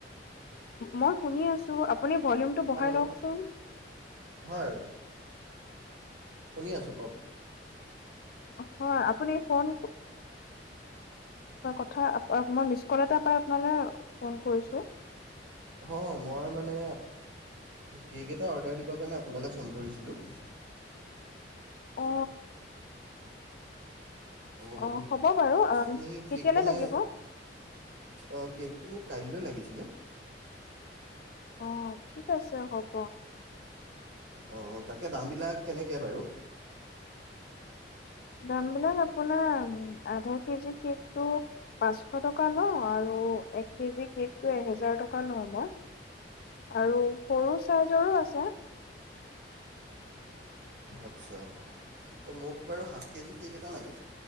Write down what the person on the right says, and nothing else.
হেল্ল'
হয় শুনি আছোঁ কওক
অ মই মানে কেক এটা অৰ্ডাৰ দিবৰ কাৰণে আপোনালৈ ফোন কৰিছিলোঁ
অঁ
আপুনি
কেক বনাই
অঁ কেকটো মোক কাইলৈ লাগিছিলে
অঁ তাকে দামবিলাক কেনেকৈ বাৰু
আচ্ছা ত' মোক বাৰু হাফ কেজি কেক এটা লাগে